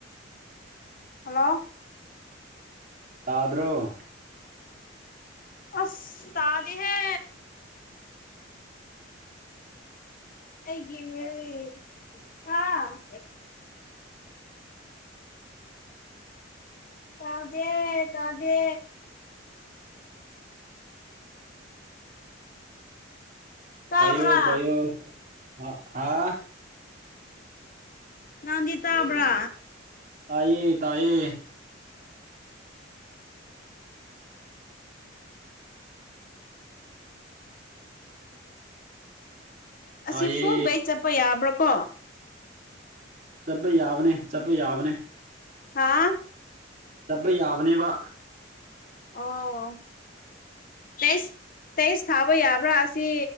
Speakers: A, on the left (about 45°); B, on the right (about 40°).
A: ꯍꯜꯂꯣ
B: ꯇꯥꯗ꯭ꯔꯣ
A: ꯑꯁ ꯇꯥꯗꯦꯍꯦ ꯑꯩꯒꯤ ꯃꯤꯂꯤꯌ‌ꯦ ꯍꯥ ꯇꯥꯗꯦ ꯇꯥꯗꯦ ꯇꯥꯕ꯭ꯔꯥ
B: ꯄꯥꯏꯌ‌ꯣ ꯄꯥꯏꯌ‌ꯦ ꯑ‌ ꯑꯥ
A: ꯅꯪꯗꯤ ꯇꯥꯕ꯭ꯔꯥ
B: ꯇꯥꯏꯌꯦ ꯇꯥꯏꯌꯦ ꯇꯥꯏꯌꯦ
A: ꯑꯁꯤ ꯐꯨꯜ ꯕꯩꯠ ꯆꯠꯄ ꯌꯥꯕ꯭ꯔꯣꯀꯣ
B: ꯆꯠꯄ ꯌꯥꯕꯅꯦ ꯆꯠꯄ ꯌꯥꯕꯅꯦ
A: ꯍꯥꯥ
B: ꯆꯠꯄ ꯌꯥꯕꯅꯦꯕ <inaudible>
A: ꯑꯣ ꯇꯦꯁ ꯇꯦꯁ ꯊꯥꯕ ꯌꯥꯕ꯭ꯔꯥ ꯑꯁꯤ